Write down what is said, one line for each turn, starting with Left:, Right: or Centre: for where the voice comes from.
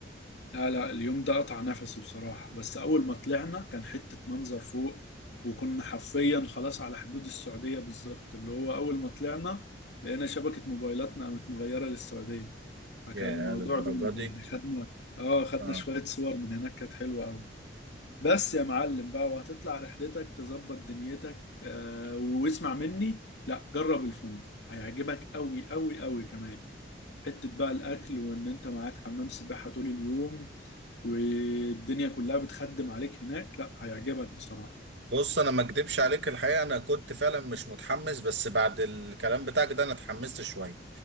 Left: لا لا اليوم ده قطع نفسي بصراحة بس أول ما طلعنا كان حتة منظر فوق وكنا حرفيا خلاص على حدود السعودية بالظبط اللي هو أول ما طلعنا لقينا شبكة موبايلاتنا قامت مغيرة للسعودية فكان
Right: يا
Left: الموضوع
Right: للدرجة
Left: جامد
Right: دي
Left: يعني خدنا اه خدنا
Right: آه.
Left: شوية صور من هناك كانت حلوة أوي بس يا معلم بقى وهتطلع رحلتك تظبط دنيتك آه واسمع مني لا جرب الفندق هيعجبك أوي أوي أوي كمان حتة بقى الأكل وإن أنت معاك حمام سباحة طول اليوم والدنيا كلها بتخدم عليك هناك لا هيعجبك بصراحة
Right: بص انا ما اكدبش عليك الحقيقه انا كنت فعلا مش متحمس بس بعد الكلام بتاعك ده انا اتحمست شويه